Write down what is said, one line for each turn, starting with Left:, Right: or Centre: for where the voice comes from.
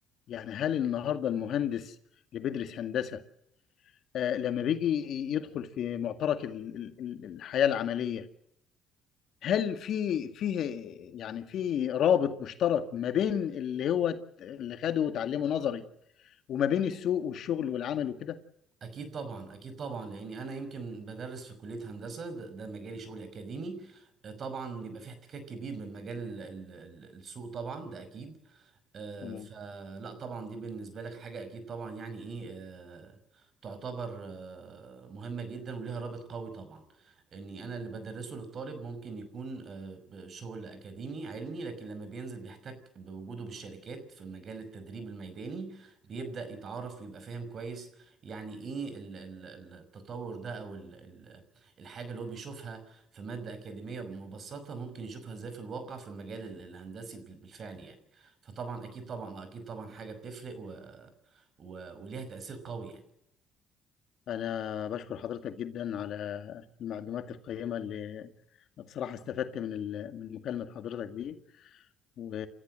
Left: يعني هل النهارده المهندس اللي بيدرس هندسه آه، لما بيجي يدخل في معترك ال- ال- ال- الحياه العمليه هل في فيه يعني في رابط مشترك ما بين اللي هو اللي خده وتعلمه نظري وما بين السوق والشغل والعمل وكده؟
Right: اكيد طبعا اكيد طبعا لاني انا يمكن بدرس في كليه هندسه ده, ده مجالي شغلي اكاديمي آه، طبعا بيبقى في احتكاك كبير من مجال ال- ال- ال- السوق طبعا ده اكيد آه،
Left: مم.
Right: فلا طبعا دي بالنسبة لك حاجة أكيد طبعا يعني إيه آه، تعتبر آه، مهمة جدا وليها رابط قوي طبعا إني أنا اللي بدرسه للطالب ممكن يكون آه، بشغل أكاديمي علمي لكن لما بينزل بيحتك بوجوده بالشركات في مجال التدريب الميداني بيبدأ يتعرف ويبقى فاهم كويس يعني إيه ال- ال- ال- التطور ده أو ال- ال- الحاجة اللي هو بيشوفها في مادة أكاديمية مبسطة ممكن يشوفها إزاي في الواقع في المجال ال- الهندسي بال- بالفعل يعني فطبعا اكيد طبعا اكيد طبعا حاجه بتفرق و... و... وليها تاثير قوي يعني
Left: أنا بشكر حضرتك جدا على المعلومات القيمة اللي بصراحة استفدت من ال- من مكالمة حضرتك دي و